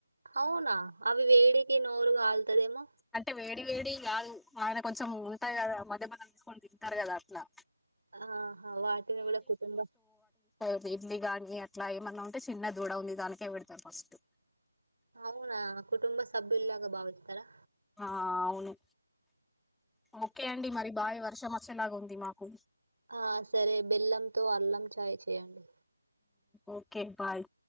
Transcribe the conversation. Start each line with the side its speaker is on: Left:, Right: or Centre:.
Right: అవునా అవి వేడకి నోరు కాల్ తదేమో!
Centre: అంటే వేడి వేడిగ గాదు. ఆయన కొంచెం ఉంటాయి కదా మధ్య మనం తీసుకొని తింటారు కదా అట్లా.
Right: ఆ హా వాటిని కూడ కుటుంబ
Centre: పురి ఇడ్లీ గాని అట్లా ఏమన్నా ఉంటే చిన్న దూడ ఉంది దానికే పెడుతరు ఫస్ట్.
Right: అవునా కుటుంబ సభ్యుల్లాగా భావిస్తారా
Centre: ఆ అవును ఓకే అండి మరి భావి వర్షం వచ్చేలాగా ఉంది దిమాకు
Right: ఆ సరే బెల్లంతో అల్లం చాయ్ చేయండి
Centre: ఓకే బాయ్